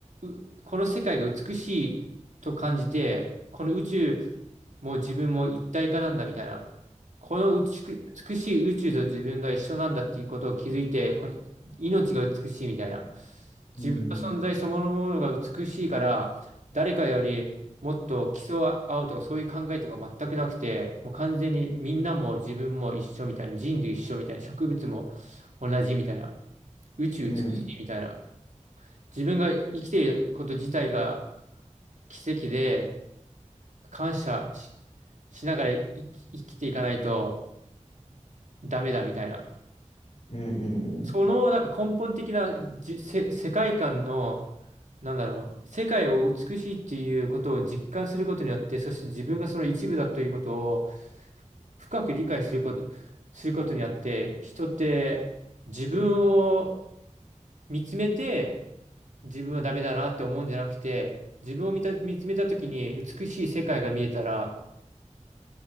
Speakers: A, on the right; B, on the left.
A: うこの世界が美しいと感じて、この宇宙も自分も一体化なんだみたいな、この美しく美しい宇宙と自分が一緒なんだっていうことを気づいて、この命が美しいみたいな。自分の存在そのものが美しいから、
B: うん
A: 誰かよりもっと競い合うとかそういう考えとか全くなくて、もう完全にみんなも自分も一緒みたいな、人類一緒みたいな、植物も同じみたいな、宇宙美しいみたいな。
B: うんうん
A: 自分が生きていること自体が奇跡で、感謝し、しながら生き、生きていかないとダメだみたいな。
B: うんうんうん
A: そのなんか根本的なじ、せ、世界観の、なんだろう、世界を美しいっていうことを実感することによって、そして自分がその一部だということをふ深く理解すること、することによって、人って自分を見つめて、自分はダメだなって思うんじゃなくて、自分を見た、見つめた時に美しい世界が見えたら